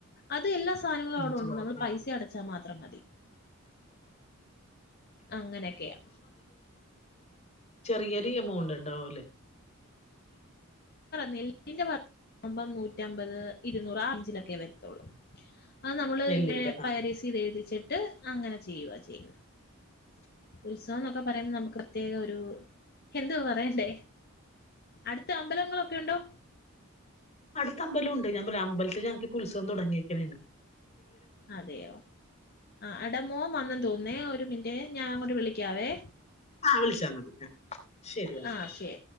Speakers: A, on the left; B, on the left.
A: അത് എല്ലാ എല്ലാ സാധനങ്ങളും
B: അഞ്ച്
A: അവിടെ ഉണ്ട്
B: കുറച്ച്
A: നമ്മൾ പൈസ അടച്ചാൽ മാത്രം മതി അങ്ങനെയൊക്കെയാ
B: ചെറിയ അധിക എമൗണ്ട് ഉണ്ടാവും അല്ലേ
A: നെല്ലിന്റെ പറയുമ്പോ നൂറ്റമ്പത് ഇരുന്നൂറ് ആ റേഞ്ചിലൊക്കെ വരത്തുള്ളൂ അ നമ്മള്
B: നെല്ലിന്റെ
A: ഇങ്ങനെ
B: ആ
A: പരിസി എഴുതിച്ചിട്ട് അങ്ങനെ ചെയ്യുക ചെയ്യുന്നത് ഉത്സവം എന്നൊക്കെ പറയുമ്പോൾ നമുക്ക് പ്രത്യേക ഒരു എന്തുവാ പറയണ്ടേ അടുത്ത അമ്പലങ്ങളൊക്കെ ഉണ്ടോ
B: സ്മ്പലംുണ്ട് ഞ അമ്പലത്തില് ഞങ്ങക്ക് ഉത്സവം തുടങ്ങിയക്കെയാണ്
A: അതെയോ ആ ഇടമോ വന്ന തോന്നേ ഒരു മിനി േ ഞാൻ അങ്ങോട്ട് വിളിക്കാവേ
B: ആഹ് വിളിച്ചാൽ മതി ആ ശരിയാൽ
A: ആ ശരി